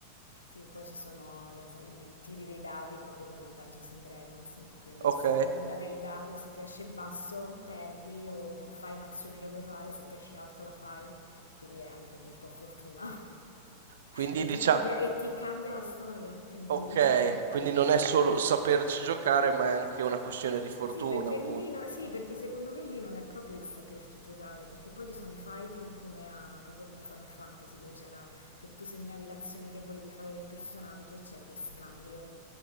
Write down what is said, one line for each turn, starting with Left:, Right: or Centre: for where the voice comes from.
Left: Sì, poi ci sono non so, i tiri dei dadi proprio come il Dungeons and Dragons, quindi
Right: Ok?
Left: a seconda del dado se ti esce basso perdi o non fai un'azione che vuoi fare, se ti esce alto la fai, quindi è anche molto a fortuna <laughs>
Right: Quindi
Left: e
Right: diciamo,
Left: ti cambia, e ti cambia la storia, è bellissimo.
Right: ok, quindi non è solo saperci giocare, ma è anche una questione di fortuna,
Left: Sì, perché
Right: appunto.
Left: lì no- sì, perché secondo me lì non è proprio il saperci giocare, perché poi ci sono i fighting come a, proprio come Final Fantasy, dove c'era che tu segnavi l'azione che volevi fare del personaggio e c'è lo scambio